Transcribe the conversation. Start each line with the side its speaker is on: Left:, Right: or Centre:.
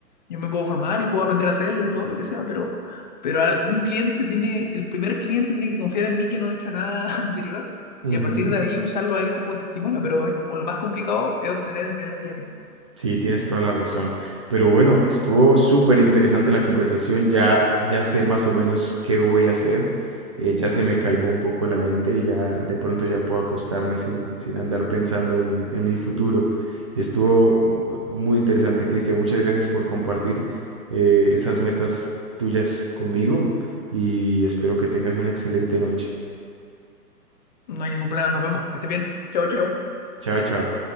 Left: Yo me puedo formar y puedo aprender a hacerlo y todo lo que sea, pero, pero algún cliente tiene, el primer cliente tiene que confiar en mí que no he hecho nada <laughs> anterior
Right: Ujú.
Left: y a partir de ahí usarlo a él como testimonio, pero es como lo más complicado es obtener el primer cliente.
Right: Sí, tienes toda la razón. Pero bueno, estuvo súper interesante la conversación. Ya, ya sé más o menos qué voy a hacer. Eh, ya se me calmó un poco la mente y ya de pronto ya puedo acostarme sin, sin andar pensando en, en mi futuro. Estuvo mu- muy interesante, Cristian. Muchas gracias por compartir eh, esas metas tuyas conmigo y espero que tengas una excelente noche.
Left: No hay ningún problema, nos vemos, que esté bien. Chao, chao.
Right: Chao, chao.